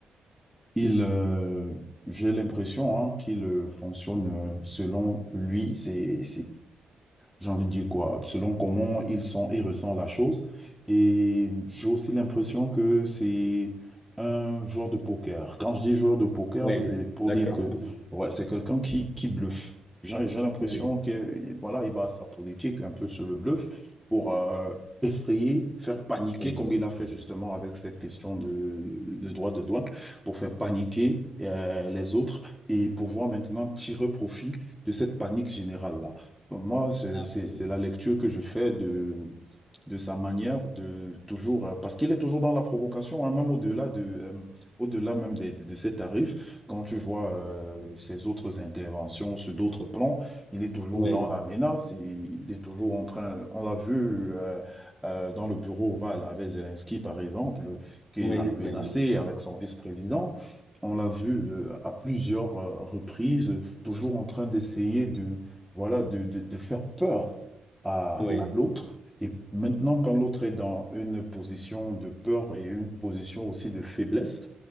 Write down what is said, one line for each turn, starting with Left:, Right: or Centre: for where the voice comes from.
Centre: il, euh, j'ai l'impression hein, qu'il euh, fonctionne euh, selon lui, c'est j'ai envie de dire quoi, selon comment ils sont, ils ressentent la chose. Et j'ai aussi l'impression que c'est un joueur de poker. Quand je dis joueur de poker,
Left: oui.
Centre: c'est pour
Left: d'accord.
Centre: dire que
Left: Oui,
Centre: ouais, c'est quelqu'un qui, qui bluffe. J'ai j'ai l'impression
Left: oui,
Centre: que voilà, il base sa politique un peu sur le bluff pour euh, effrayer, faire paniquer,
Left: exactement.
Centre: comme il a fait justement avec cette question de, de droit de douane, pour faire paniquer euh, les autres et pouvoir maintenant tirer profit de cette panique générale-là. Moi, c'est
Left: Absolument.
Centre: c'est- c'est la lecture que je fais de, de sa manière de toujours, euh, parce qu'il est toujours dans la provocation, hein, même au-delà de, euh, au-delà même des- des- de, ses tarifs, quand tu vois euh, ses autres interventions sur d'autres plans, il est toujours
Left: Oui,
Centre: dans la menace, il, il est toujours en train, on l'a vu euh, euh, dans le bureau ovale avec Zelensky, par exemple, qu'il
Left: oui,
Centre: a menacé
Left: oui,
Centre: avec son vice-président. On l'a vu euh, à plusieurs euh, reprises, euh, toujours en train d'essayer de, voilà, de, de- de faire peur à,
Left: oui,
Centre: à l'autre. Et maintenant, quand l'autre est dans une position de peur et une position aussi de faiblesse,